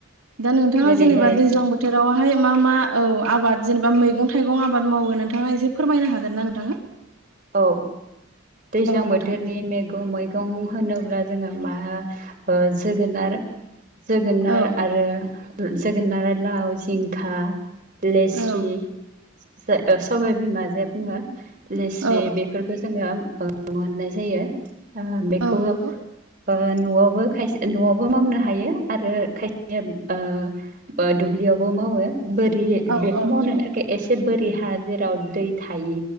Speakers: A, on the right; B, on the right.
A: दा नोंथाङा
B: जेरैहाय
A: जेनेबा दैज्लां बोथोर- रावहाय मा मा औ आबाद जेनेबा मैगं थाइगं आबाद मावो नोंथाङा एसे फोरमायनो हागोन ना नोंथां
B: औ दैज्लां
A: नोंथां
B: बोथोरनि मेगं मैगं होनोब्ला जोङो मा ओ जोगोनार जोगोनार
A: औ
B: आरो बो जोगोनार आरो लाव जिंखा लेस्रि
A: औ
B: ओ औ सबाय बिमाजे बुङो लेस
A: औ
B: जे बेफोरखो जोङो ओ मोननाय जायो ओ बेखौबो
A: औ नंगौ
B: ओ न'आवबो खायसे न'आवबो मावनो हायो आरो खायसे ओ बो दुबलि यावबो मावो बोरि
A: औ
B: बेखौ
A: औ
B: मावनो
A: नंगौ
B: थाखाय एसे बोरि हा जेराव दै थायि